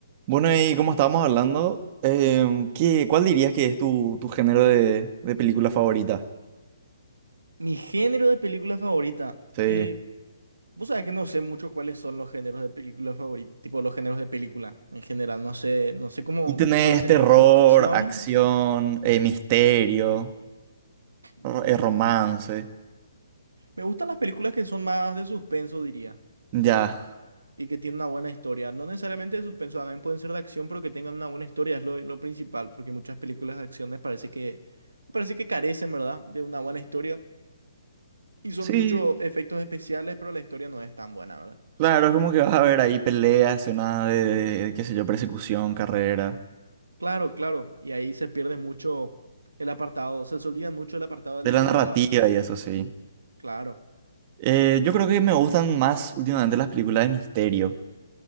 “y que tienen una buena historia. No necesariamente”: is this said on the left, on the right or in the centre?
Right